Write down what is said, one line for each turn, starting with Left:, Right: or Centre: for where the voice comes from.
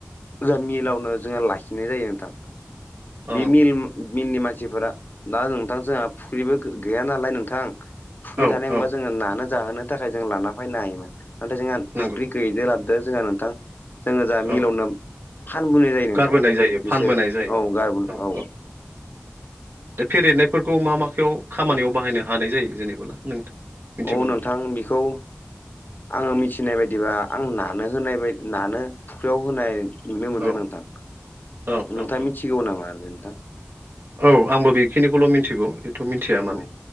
Left: जोंहा मिलावनो जोंहा लाखिनाय जायो नोंथां बे
Right: ओं
Left: मिल मिलनि मानसिफोरा दा नोंथां जोंहा फुख्रिबो गो गैया नालाय नोंथां फुख्रि
Right: औ
Left: थानायमोनबा
Right: औ
Left: जोङो नानो जाहोनो थाखाय जों लाना फायनो हायोमोन नाथाय जोंहा
Right: नंगौ
Left: फुख्रि गैयिजो लाबदो जोंहा नोंथां जोङो जाहा मिलावनो
Right: औ
Left: फानबोनाय जायो नोंथां
Right: गारबोनाय जायो फानबोनाय
Left: बिसोर
Right: जायो
Left: औ गारबो
Right: औ
Left: औ‌
Right: औ दा फेरेदनायफोरखौ मा माखायाव खामानियाव बाहायनो हानाय जायो जेनेबोला नोंथां? मिथिगौ
Left: अ
Right: नामा
Left: नोंथां बेखौ आङो मिथिनाय बायदिबा आं नानो होनाय बाय नानो फुख्रियाव होनाय नुनो मोनदों
Right: औ
Left: नोंथां। अ
Right: औ
Left: नोंथाङा
Right: औ औ
Left: मिथिगौ नामा नोंथां?
Right: औ आंबो बेखिनिखौल' मिथिगौ एथ' मिन्थिया माने।
Left: औ